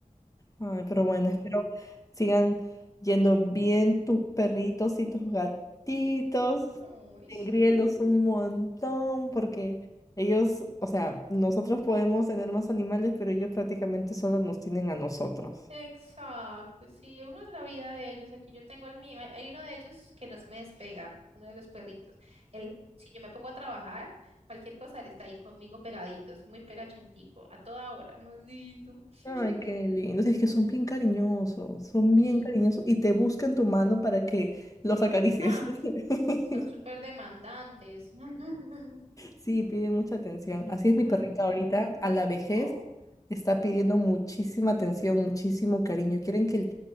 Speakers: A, on the left; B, on the right.
A: Ay, pero bueno, espero sigan yendo bien tus perritos y tus gatitos.
B: Ay,
A: Engríelos
B: sí.
A: un montón porque ellos, o sea, nosotros podemos tener más animales, pero ellos prácticamente solo nos tienen a nosotros.
B: Exacto, sí, uno es la vida de ellos. Aquí yo tengo el mío. Hay, hay uno de ellos que no se me despega, uno de los perritos. Él, si yo me pongo a trabajar, cualquier cosa, él está ahí conmigo pegadito, es muy pegachentico, a toda hora, más lindo. <laughs>
A: Ay, qué lindo. Es que son bien cariñosos, son bien
B: Y,
A: cariñosos y te buscan tu mano para que los acaricies.
B: ah,
A: <laughs>
B: son súper demandantes. <laughs>
A: Sí, piden mucha atención. Así es mi
B: Más
A: perrita
B: lindo.
A: ahorita, a la vejez,
B: Oh,
A: está pidiendo muchísima atención, muchísimo cariño. Quieren que,